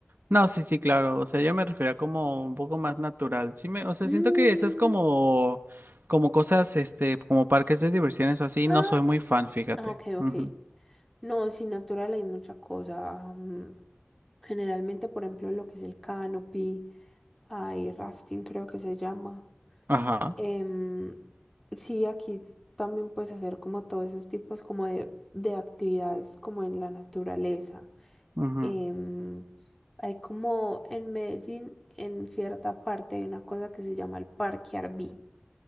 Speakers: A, on the right (about 55°); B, in the centre.
A: No, sí, sí, claro. O sea, yo me refería como un poco más natural. Sí me, o sea,
B: Mm,
A: siento que esas como, como cosas, este, como parques de diversiones o así,
B: ah,
A: no soy muy fan, fíjate.
B: ah, ok, ok.
A: Ujú.
B: No, sin natural hay mucha cosa. mm, generalmente, por ejemplo, lo que es el canopy, hay rafting creo que se llama.
A: Ajá.
B: Em, sí, aquí también puedes hacer como todos esos tipos como de, de actividades como en la naturaleza.
A: Ujú,
B: Em, hay como en Medellín, en cierta parte, hay una cosa que se llama el Parque Arví.